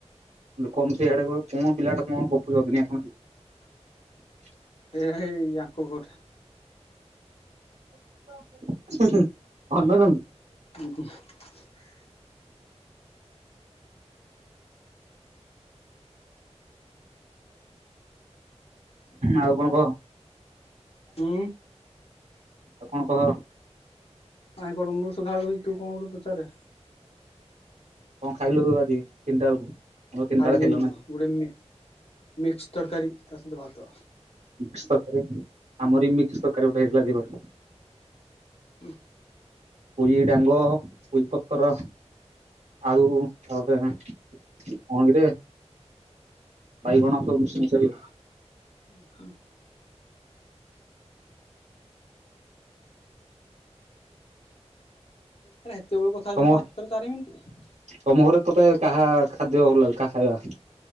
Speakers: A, on the right; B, on the left.
A: ଲୋକୁ ସେଆଡେ କହ କଣ ପିଲାଟା କଣ ଗପ ଦିନଣ <unintelligible>
B: ଏଇ ୟାକ ଘରେ
A: <unintelligible>
B: <unintelligible>
A: ଆଉ କଣ କହ?
B: ଉ।
A: ଆଉ କଣ କହ?
B: ଆଇ କଣ ମୁଁ ସଧାବେଳେ କଉଚି ତୁ କଣ ଗୋଟେ ପଚାରେ?
A: କଣ ଖାଇଲୁ ଆଜି ତିନିଟା ବେଳକୁ? ଆମର ତିନିଟା
B: ଖାଇଲି
A: ବେଳେ ଖାଇଲୁ ନା
B: ଗୋଟେ ମି ମିକ୍ସ ତରକାରୀ ତା ସହିତ ଭାତ।
A: ମିକ୍ସ ତରକାରୀ ଆମରି ଗୋଟେ ହେଇଥିଲା ଦିପର।
B: ଉ
A: ପୋଇଁ ଡାଙ୍ଗ ପୋଇଁ ପତ୍ର ଆଳୁ ତାପରେ କଣ କିରେ ବାଇଗଣ ସବୁ ମିସି ମିସାକି
B: ଉହୁଁ। ଆରେ ହେତେବେଳୁ କଥା ହେଉଛନ୍ତି
A: ତମ
B: ମାତ୍ର ଚାରି ମିନିଟ୍।
A: ତମ ଘରେ ତତେ କାହା ଖାଦ୍ୟ ଭଲ ଲାଗେ କାହା ଖାଇବା?